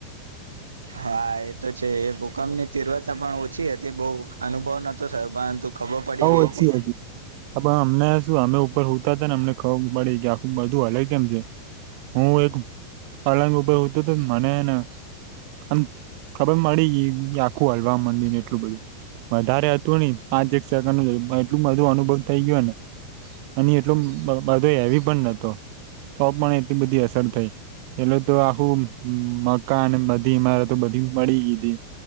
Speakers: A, on the right; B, on the right.
A: હા એ તો છે એ ભૂ કમ ની તીવ્રતા પણ ઓછી હતી બહ અનુભવ નતો થયો પરંતુ ખબર પડી
B: બઉ
A: ગઈ
B: ઓછી
A: હતી
B: પણ અમને શું અમે ઉપર હુતા હતા ને અમને ખબર પડે કે આખું બધું હલે કેમ છે હું એક પલંગ ઉપર હતું તો મનેને અમ ખબર મળડી આખું હલવા માંડી ને એટલું બધું વધારે હતું નહી પાંચ એક સેકન્ડ ન એટલું બધું અનુભવ થઈ ગયોને અને એટલો બધો હેવી પણ નતો તો પણ એટલી બધી અસર થઈ પેલું તો આખું મકાન બધી ઈમાર તો બધી મળી ગીતી